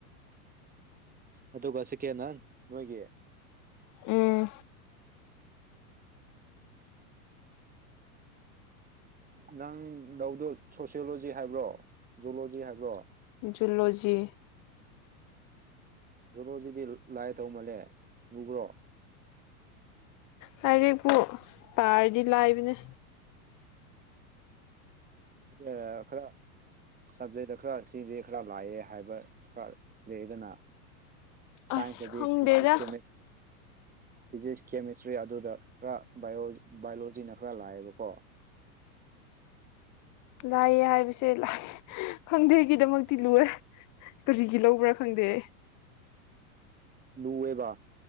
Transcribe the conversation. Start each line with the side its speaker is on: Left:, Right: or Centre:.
Right: ꯑꯗꯨꯒ ꯁꯦꯀꯦꯟ ꯍꯥꯟ ꯅꯣꯏꯒꯤ
Left: ꯎꯝ
Right: ꯅꯪ ꯂꯧꯗꯣ ꯁꯣꯁꯤꯌꯣꯂꯣꯖꯤ ꯍꯥꯏꯕ꯭ꯔꯣ ꯖꯨꯂꯣꯖꯤ ꯍꯥꯏꯕ꯭ꯔꯣ
Left: ꯖꯨꯂꯣꯖꯤ
Right: ꯂꯣꯁꯤꯗꯤ ꯂꯥꯏ ꯇꯧꯃꯜꯂꯦ ꯂꯨꯈ꯭ꯔꯣ
Left: ꯍꯥꯏꯔꯔꯤꯕꯕꯨ ꯄꯥꯔꯗꯤ ꯂꯥꯏꯕꯅꯦ
Right: ꯑ ꯈꯔ ꯁꯕꯖꯦꯛꯇ ꯈꯔ ꯁꯤꯁꯦ ꯈꯔ ꯂꯥꯛꯑꯦ ꯍꯥꯏꯕ ꯈꯔ ꯂꯩꯗꯅ ꯁꯥꯏꯟꯁꯇꯗꯤ
Left: ꯑꯁ ꯈꯪꯗꯦꯗ
Right: ꯐꯤꯖꯤꯛꯁ ꯐꯤꯖꯤꯛꯁ ꯀꯦꯃꯤꯁꯇ꯭ꯔꯤ ꯑꯗꯨꯗ ꯈꯔ ꯕꯥꯑꯣ ꯕꯥꯏꯑꯣꯂꯣꯖꯤꯅ ꯈꯔ ꯂꯥꯏꯑꯦꯕꯀꯣ
Left: ꯂꯥꯛꯌꯦꯦ ꯍꯥꯏꯕꯁꯦ ꯂꯥꯛꯑꯦ ꯈꯪꯗꯩꯒꯤꯗꯃꯛꯇꯤ ꯂꯨꯔꯦ ꯀꯔꯤꯒꯤ ꯂꯧꯕ꯭ꯔꯥ ꯈꯪꯗꯦ
Right: ꯂꯨꯑꯦꯕ